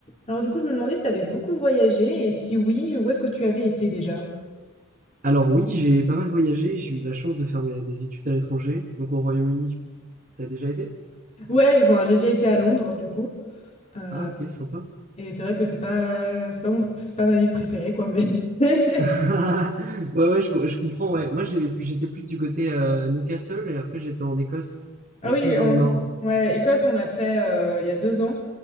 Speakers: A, on the left; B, on the right.
A: Alors du coup, je me demandais si tu avais beaucoup voyagé et si oui, où est-ce que tu avais été déjà?
B: Alors oui, j'ai pas mal voyagé, j'ai eu la chance de faire mes- des études à l'étranger, donc au Royaume-Uni. T'as déjà été?
A: Ouais, j'ai bon, j'ai déjà été à Londres du coup. Euh,
B: Ah ok, sympa.
A: et c'est vrai que c'est pas c'est pas mon- c'est pas ma ville préférée quoi, mais <laughs>
B: <laughs> Ouais, ouais, je, co- je comprends, ouais. Moi, j'ai- j'étais plus du côté euh, Newcastle et après j'étais en Écosse,
A: Ah
B: donc
A: oui,
B: plus dans
A: on-
B: le nord.
A: ouais, Écosse, on a fait euh, il y a deux ans.